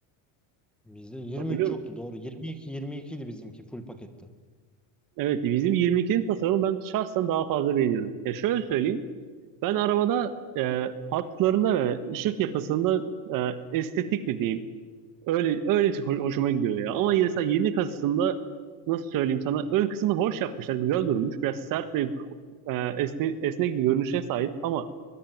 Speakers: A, in the centre; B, on the right.
A: Bizde 23
B: Hatırlıyor musun?
A: yoktu doğru 22 22 idi bizimki full pakette.
B: Evet bizim 22'nin tasarımı ben şahsen daha fazla beğeniyorum. Ya şöyle söyleyeyim. Ben arabada e, hatlarında ve ışık yapısında e, estetik mi diyeyim? Öyle öyle ho- hoşuma gidiyor ya. Ama yine mesela yeni kasasında nasıl söyleyeyim sana ön kısmını hoş yapmışlar. Güzel durmuş. Biraz sert ve e, esne, esnek bir görünüşe sahip ama